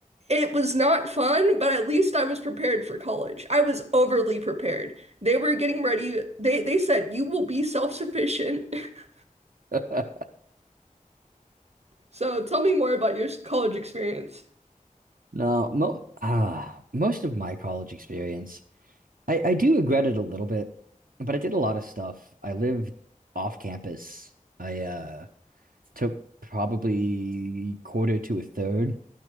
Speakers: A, on the right (about 50°); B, on the right (about 85°).
A: It was not fun, but at least I was prepared for college. I was overly prepared. They were getting ready. They they said you will be self-sufficient. <laughs>
B: <laughs>
A: So tell me more about your college experience.
B: No, mo ah, most of my college experience, I I do regret it a little bit, but I did a lot of stuff. I lived off campus. I uh took probably quarter to a third